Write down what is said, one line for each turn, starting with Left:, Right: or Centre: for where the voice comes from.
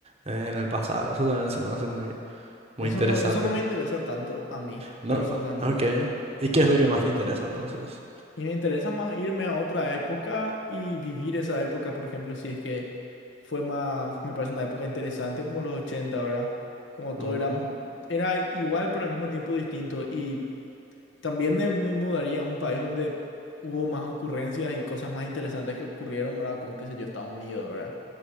Right: eh, en el pasado. Eso también se me hace muy, muy
Left: Eso
Right: interesante.
Left: no, eso no me interesa tanto a mí,
Right: No,
Left: personalmente.
Right: ok. ¿Y qué es lo que más te interesa entonces?
Left: Y me interesa más irme a otra época y vivir esa época, por ejemplo, si es que fue más, me parece una época interesante como los ochenta ¿verdad? Como todo
Right: Ujú.
Left: era, era igual, pero al mismo tiempo distinto. Y También me, me mudaría a un país donde hubo más ocurrencias y cosas más interesantes que ocurrieron, ¿verdad? Como, qué sé yo, Estados Unidos, ¿verdad?